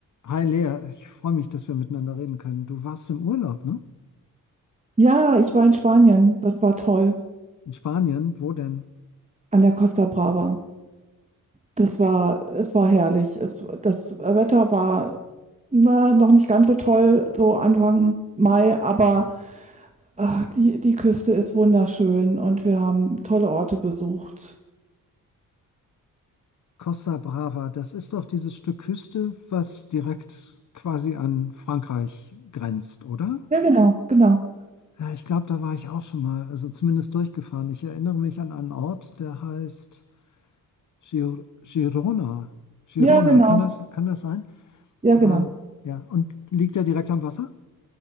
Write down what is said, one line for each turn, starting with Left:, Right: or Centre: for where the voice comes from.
Left: Hi Lea, ich freue mich, dass wir miteinander reden können. Du warst im Urlaub, ne?
Right: Ja, ich war in Spanien. Das war toll.
Left: In Spanien, wo denn?
Right: An der Costa Brava. Das war, es war herrlich. Es, das Wetter war, na, noch nicht ganz so toll, so Anfang Mai, aber ach, die, die Küste ist wunderschön und wir haben tolle Orte besucht.
Left: Costa Brava, das ist doch dieses Stück Küste, was direkt quasi an Frankreich grenzt, oder?
Right: Ja, genau, genau.
Left: Ja, ich glaube, da war ich auch schon mal, also zumindest durchgefahren. Ich erinnere mich an einen Ort, der heißt Gir Girona. Girona,
Right: Ja, genau.
Left: kann das, kann das sein?
Right: Ja,
Left: Ähm,
Right: genau.
Left: ja, und liegt der direkt am Wasser?